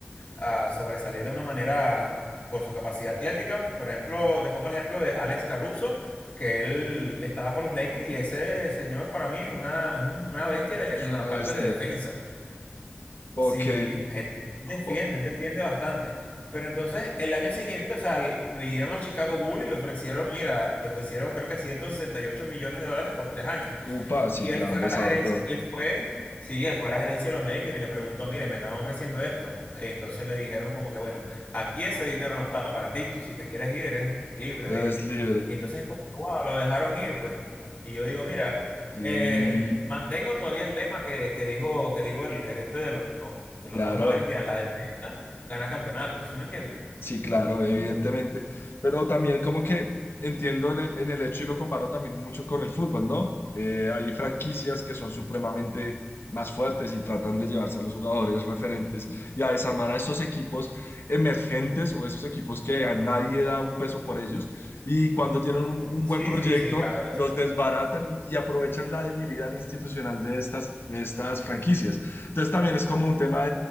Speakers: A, on the left; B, on the left.
A: a, a sobresalir de una manera por su capacidad atlética. Por ejemplo, te pongo el ejemplo de Alex Caruso, que él estaba con los Lakers y ese señor para mí es una, es un- una bestia de-
B: Es
A: en
B: una
A: la parte
B: bestia.
A: de defensa.
B: Ok.
A: Sí, él él defiende,
B: O-
A: él defiende bastante. Pero entonces, el año siguiente, o sea, l- le dieron los Chicago Bulls y le ofrecieron, mira, le ofrecieron creo que 168 millones de dólares por tres años.
B: Upa, sí,
A: Y él
B: claro,
A: fue a
B: es
A: la
B: harto.
A: gerencia, y él fue, sí, él fue a la gerencia de los Lakers y le preguntó, mire, me están ofreciendo esto. Y entonces le dijeron como que, bueno, aquí ese dinero no está para ti, si te quieres ir, eres libre
B: Él
A: de irte.
B: es libre.
A: Y entonces como, wow, lo dejaron ir, pues. Y yo digo, mira,
B: Y
A: eh, mantengo todavía el lema que, que dijo, que dijo el gerente de los, de
B: claro.
A: los Dallas Mavericks, mira, la defensa gana campeonatos, ¿sí me entiendes?
B: Sí, claro, evidentemente. Pero también como que entiendo en el, en el hecho y lo comparo también mucho con el fútbol, ¿no? Eh, hay franquicias que son supremamente más fuertes y tratan de llevarse a los jugadores referentes y a desarmar a esos equipos emergentes o esos equipos que a nadie da un peso por ellos. Y cuando tienen un, un
A: Sí,
B: buen proyecto,
A: sí, sí, claro, de eso
B: los desbaratan y, y aprovechan la debilidad institucional de estas, de estas franquicias. Entonces también es como un tema